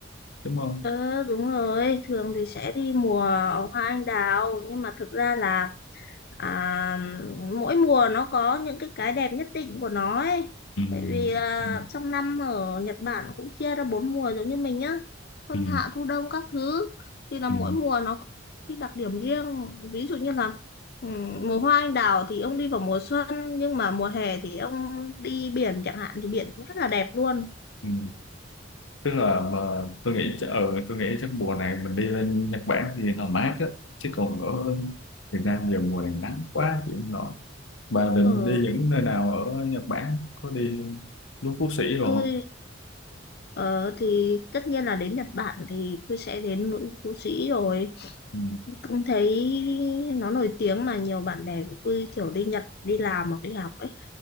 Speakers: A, on the left (about 85°); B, on the left (about 55°).
A: đúng không
B: Ờ đúng rồi, thường thì sẽ đi mùa hoa anh đào nhưng mà thực ra là à, mỗi mùa nó có những cái cái đẹp nhất định của nó ấy
A: ừ,
B: bởi vì là
A: ừ,
B: trong năm ở Nhật Bản cũng chia ra bốn mùa giống như mình nhá xuân
A: ừ,
B: hạ thu đông các thứ thì là
A: ừ,
B: mỗi mùa nó có cái đặc điểm riêng ví dụ như là ừm, mùa hoa anh đào thì ông đi vào mùa xuân nhưng mà mùa hè thì ông đi biển chẳng hạn thì biển cũng rất là đẹp luôn
A: ừ. tức là mà tôi nghĩ chắc- ừ, tôi nghĩ chắc mùa này mình đi lên Nhật Bản thì nó mát á chứ còn ở Việt Nam giờ mùa này nắng quá chịu không nổi Bà định
B: ở
A: đi những nơi nào ở Nhật Bản? Có đi núi Phú Sĩ rồi
B: tôi
A: không?
B: ờ, thì tất nhiên là đến Nhật Bản thì tôi sẽ đến núi Phú Sĩ rồi
A: Ừ.
B: cũng thấy nó nổi tiếng mà nhiều bạn bè của tôi kiểu đi Nhật đi làm hoặc đi học ấy